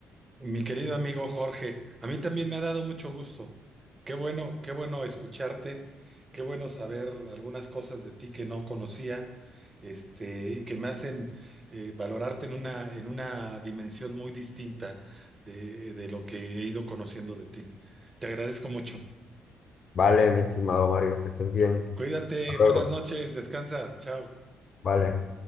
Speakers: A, on the right (about 25°); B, on the left (about 50°).
A: Mi querido amigo Jorge, a mí también me ha dado mucho gusto. Qué bueno, qué bueno escucharte, qué bueno saber algunas cosas de ti que no conocía, este, y que me hacen eh, valorarte en una, en una dimensión muy distinta de, de lo que he ido conociendo de ti. Te agradezco mucho.
B: Vale, mi estimado Mario, que estés bien.
A: Cuídate,
B: Hasta
A: buenas
B: luego.
A: noches, descansa, chao.
B: Vale.